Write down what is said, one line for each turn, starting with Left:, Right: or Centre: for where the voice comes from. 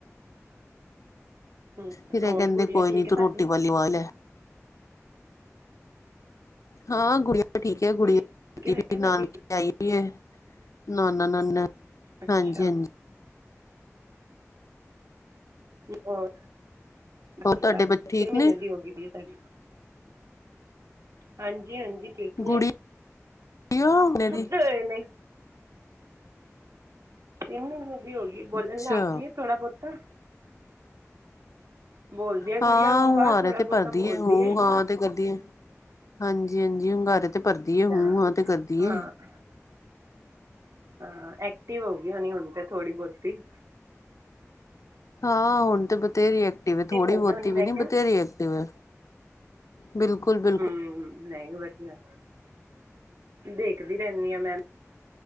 Right: ਹਮ
Left: ਫਿਰ ਇਹ
Right: ਔਰ
Left: ਕਹਿੰਦੇ
Right: ਗੁੜੀਆ
Left: ਕੋਈ
Right: ਠੀਕ
Left: ਨੀ ਤੂੰ
Right: ਹੈ ਤੁਹਾਡੀ
Left: ਰੋਟੀ ਵਾਲੀ ਵ ਲੈ। ਹਾਂ ਗੁੜੀਆਂ ਠੀਕ ਹੈ ਗੁੜੀ
Right: ਗੁੜੀਆ ਠੀਕ
Left: ਕੀਤੀ
Right: ਹੈ ਮੈਂ ਕਿਹਾ ਤੁਹਾਡੀ
Left: ਨਾਨਕੀ ਆਈ ਵੀ ਹੈ। ਨਾਨਾ ਨਾਨੀ
Right: ਅੱਛਾ
Left: ਹਾਂਜੀ-ਹਾਂਜੀ।
Right: ਹੋਰ ਬਾਕੀ
Left: ਹੋਰ ਤੁਹਾਡੇ
Right: ਸਾਹਿਬ
Left: ਬੱਚੇ ਠੀਕ
Right: ਕਿਨ ਮਹੀਨੇ
Left: ਨੇ
Right: ਦੀ ਹੋ ਗਈ ਹੈ ਤੁਹਾਡੀ। ਹਾਂਜੀ-ਹਾਂਜੀ। ਠੀਕ
Left: ਗੁੜੀਆ
Right: ਹੈ,
Left: ਹੁਣੇ
Right: ਸੁੱਤੇ
Left: ਦੀ
Right: ਹੋਏ ਨੇ। ਤਿੰਨ ਮਹੀਨੇ ਦੀ ਹੋ ਗਈ, ਬੋਲਣ
Left: ਅੱਛਾ
Right: ਲੱਗ ਗਈ ਹੈ ਥੋੜ੍ਹਾ ਬਹੁਤਾ। ਬੋਲਦੀ ਹੈ ਗੁੜੀਆ
Left: ਹਾਂ
Right: ਊ
Left: ਹੁਆਰੇ
Right: ਆ ਥੋੜ੍ਹਾ
Left: ਤੇ
Right: ਬਹੁਤਾ
Left: ਭਰਦੀ
Right: ਬੋਲਦੀ
Left: ਆ ਹੁ
Right: ਹੈ
Left: ਹਾਂ ਤੇ ਕਰਦੀ ਐ। ਹਾਂਜੀ-ਹਾਂਜੀ ਹੁੰਗਾਰੇ ਤੇ ਭਰਦੀ
Right: ਅੱਛਾ
Left: ਹੈ, ਹੂੰ ਹਾਂ ਤੇ ਕਰਦੀ
Right: ਹਾਂ
Left: ਹੈ।
Right: ਹਾਂ ਐਕਟਿਵ ਹੋ ਗਈ ਹੋਣੀ ਹੁਣ ਤੇ ਥੋੜੀ ਬਹੁਤੀ।
Left: ਹਾਂ ਹੁਣ ਤੇ ਬਥੇਰੀ ਐਕਟਿਵ ਹੈ ਥੋੜ੍ਹੀ
Right: ਹੋ
Left: ਬਹੁਤੀ
Right: ਗਈ ਹੋਣੀ ਮੈਂ
Left: ਵੀ ਨੀ
Right: ਕਿਹਾ
Left: ਬਥੇਰੀ ਐਕਟਿਵ ਹੈ। ਬਿਲਕੁਲ-ਬਿਲ
Right: ਹਮ ਮੈਂ ਵਧੀਆ ਦੇਖਦੀ ਰਹਿੰਦੀ ਹਾਂ ਮੈਂ